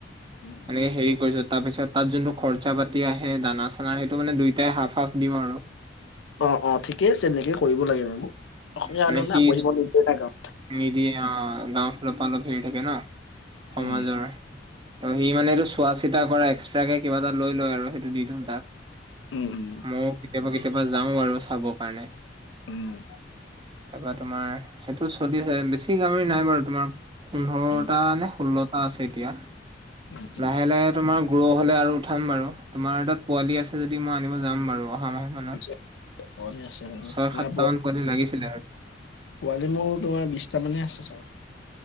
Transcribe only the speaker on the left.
উম, উম।
অঁ-অঁ ঠিকেই আছে তেনেকে কৰিব লাগে বাৰু অসমীয়া
মানুহ
না পুহিব নিদিয়ে না গাহ
উম
উম উম
উম!
উম
উম উম
আছে, পোৱালি আছে মানে
তোমাৰ
পোৱালি মোৰ তোমাৰ বিছটা মানে আছে চাগে।